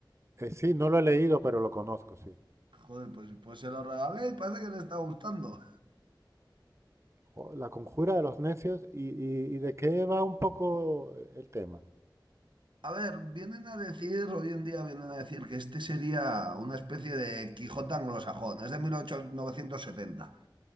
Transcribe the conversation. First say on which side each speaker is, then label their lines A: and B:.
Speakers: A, on the right; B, on the right.
A: eh, sí, no lo he leído, pero lo conozco, sí.
B: Joder, pues, pues se lo regalé y parece que le está gustando.
A: Jo, La conjura de los necios y, y- y de qué va un poco el tema.
B: A ver, vienen a decir, hoy en día vienen a decir que este sería una especie de Quijote anglosajón, es de mil novecientos setenta.